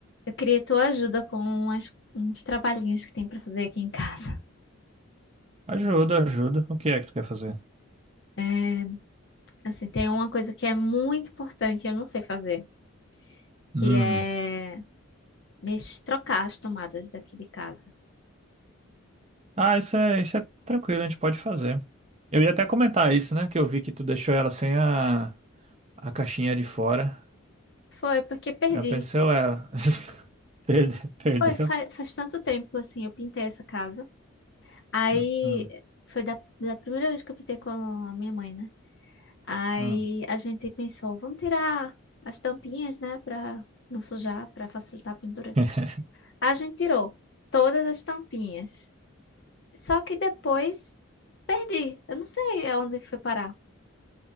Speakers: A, on the left; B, on the right.
A: Eu queria tua ajuda com umas- uns trabalhinhos que tem pra fazer aqui em casa. <laughs>
B: Ajuda, ajuda. O que é que tu quer fazer?
A: É, assim, tem uma coisa que é muito importante e eu não sei fazer, que
B: Hum.
A: é mex- trocar as tomadas daqui de casa.
B: Ah, isso é, isso é tranquilo, a gente pode fazer. Eu ia até comentar isso, né? Que eu vi que tu deixou ela sem a, a caixinha de fora.
A: Foi porque perdi.
B: Aí Eu pensei, ué, <laughs> perdeu, perdeu.
A: Foi fa- faz, tanto tempo assim, eu pintei essa casa. Aí
B: Hum, hum.
A: foi da, da primeira vez que eu pintei com a minha mãe, né? Aí
B: hum.
A: a gente pensou, vamos tirar as tampinhas, né, Pra não sujar, pra facilitar a pintura.
B: <laughs>
A: A gente tirou todas as tampinhas. Só que depois perdi. Eu não sei aonde foi parar.